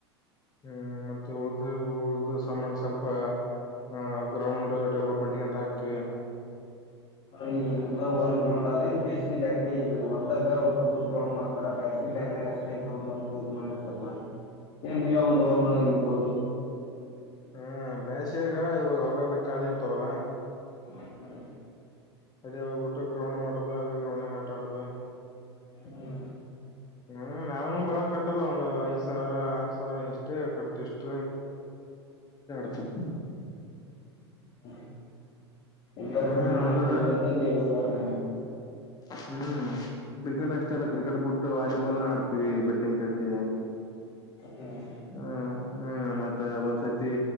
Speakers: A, on the left; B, on the left.
A: ಹ್ಮ್ ಮತ್ತೆ ಉಳ್ದ ಉಳ್ದ ಸಾಮಂಡ ಸ್ವಲ್ಪ. ಆಹ ಗ್ರೌಂಡ್ ಡೆವಲಪ್ಮೆಂಟ್ ಗೆ ಅಂತ ಹಾಕ್ತಿವಿ.
B: ಈಗಮ್ದ ಓನ್ ಗ್ರೌಂಡ್ ಅೇ ಬೇಸ್ ಈಗ ಒಂದಾಗ ಡ್ಬ ಗ್ರೌಂಡ್ ಮಾಡ್ತಾರ ಬೇ. ಈ ಟೈಮಾಗ ಅಷ್ಟೇ ಗ್ರೌಂಡ್ ಅಂತೂ ಇ ಈ ಮಾಡರ್ತಲ್ಲ ಏನ್ ನೀವ ಒಂದು ಈ ಗ್ರೌಂಡ್.
A: ಹ್ಮ ಬಸಿಯಾಗ ಇವಾಗ ಹೊಲಕ್ಕೆ ಖಾಲಿ ಇಡ್ತವಲ್ಲ.
B: ಹ್ಮ.
A: ಅದೇೋಗಬೊಟ್ಟು ಗ್ರೌಂಡ್ ಮಾಡತ ಅದೇ ಗ್ರೌಂಡ ಆಟ ಆಡದ.
B: ಹ್ಮ್
A: ಹ್ಮ್ ನಾವ್ ಬಾಳ ಕಟ್ಟಲ್ಲ ಒಂದು್ ಐದ ಸಾವಿರ ಆರ್ ಸಾವಿರ ಇಷ್ಟೇ ಕಟ್ತವಿ ಇಷ್ಟ. <unintelligible>
B: ಹ. ಎಲ್ಲಾರ
A: ಹ್ಮ್
B: ತು <unintelligible>
A: ಅಂದ್ರ
B: ಮಾಡ್ತಂತ ಓದಡ್ತ
A: ಹ್ಮ್ ಕ್ರಿಕೆಟ್ ಅಷ್ಟೇ ಅಲ್ಲ ಕ್ರಿಕೆಟ್ ಬಿಟ್ಟು ವಾಲಿಬಾಲ್ನ ಆಡ್ತೀವಿ ಬೆಟ್ಟ <unintelligible> ಕಟ್ಟಿ
B: ಹ್ಮ್
A: ಹ್ಮ ಹ್ಮ್ ಮತ್ತ ಒಂದ್ಸತಿ